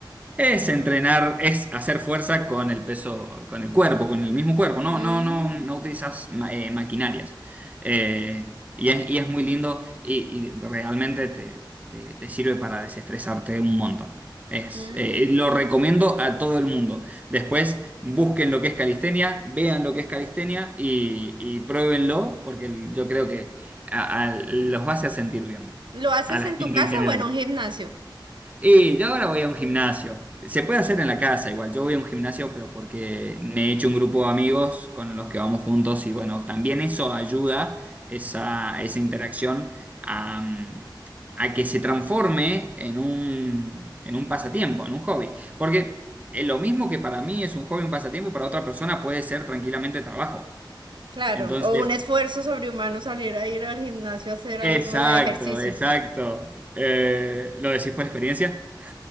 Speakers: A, on the right; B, on the right.
A: Es entrenar, es hacer fuerza con el peso, con el cuerpo, con el mismo cuerpo. No,
B: Mm,
A: no, no, no utilizas ma- eh, maquinarias. Eh, y es, y es muy lindo y, y realmente te, te- te sirve para desestresarte un montón. Es,
B: mm.
A: eh, eh, lo recomiendo a todo el mundo. Después busquen lo que es calistenia, vean lo que es calistenia y, y pruébenlo, porque yo creo que a, a- los va a hacer sentir bien.
B: ¿Lo haces
A: A la
B: en
A: gente
B: tu casa
A: en general.
B: o en un gimnasio?
A: Y yo ahora voy a un gimnasio. Se puede hacer en la casa igual. Yo voy a un gimnasio, pero porque me he hecho un grupo de amigos con los que vamos juntos y bueno, también eso ayuda, esa, esa interacción, a, mm, a que se transforme en un, en un pasatiempo, en un hobby. Porque eh, lo mismo que para mí es un hobby, un pasatiempo, para otra persona puede ser tranquilamente trabajo.
B: Claro.
A: Entonces,
B: O un esfuerzo sobrehumano salir a ir al gimnasio a hacer algo
A: exacto,
B: de ejercicio.
A: exacto. Eh, ¿lo decís por experiencia?